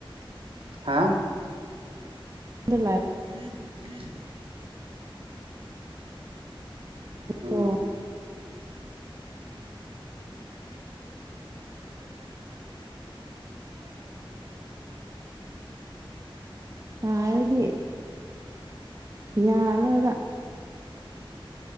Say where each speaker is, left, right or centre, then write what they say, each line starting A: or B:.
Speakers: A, on the right; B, on the right.
A: ꯍꯥꯦ
B: ꯂꯥꯏ
A: ꯎ ꯎꯝ ꯎꯝ
B: ꯣ ꯍꯥꯏꯔꯗꯤ ꯌꯥꯔꯔꯣꯏꯕ